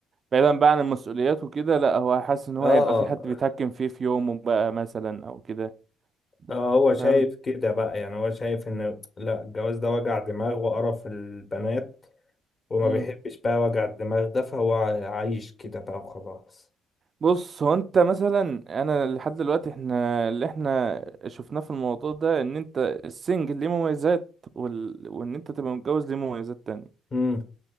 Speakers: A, on the right; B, on the left.
A: بعيدا بقى عن المسؤوليات وكده لا هو حاسس ان هو
B: اه
A: هيبقى في حد بيتحكم فيه في يومه بقى مثلا او كده
B: اه هو شايف
A: فاهم
B: كده بقى يعني هو شايف ان لا الجواز ده وجع دماغ وقرف البنات وما
A: امم
B: بيحبش بقى وجع الدماغ ده فهو عايش كده بقى وخلاص
A: بص هو انت مثلا انا لحد دلوقتي احنا اللي احنا شفناه في الموضوع ده ان انت السنجل ليه مميزات وال... وان انت تبقى متجوز ليه مميزات تانية
B: امم